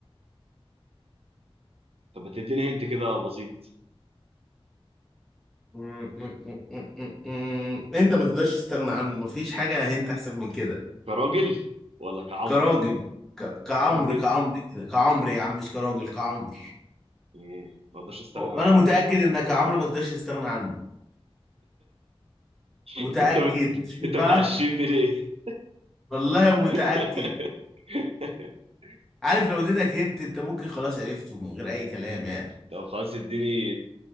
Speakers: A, on the right; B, in the centre.
A: طب ما تديني هنت كده بسيط
B: مم، مم، مم، مم، مم، مم. انت ما تقدرش تستغنى عنه مفيش حاجه انت احسن من كده
A: كراجل ولا كعمر
B: كراجل ك... كعمرو
A: راجل
B: كعمرو كده كعمرو يا عم مش كراجل كعمرو
A: مم. ما اقدرش استغنى عنه
B: وانا متاكد انك يا عمرو ما تقدرش تستغنى عنه
A: <laughs>
B: متاكد
A: انت بت...
B: شوف
A: انت
B: بقى
A: بتعشمني ليه
B: والله متاكد
A: <laughs>
B: عارف لو اديتك هنت انت ممكن خلاص عرفته من غير اي كلام يعني
A: طب خلاص اديني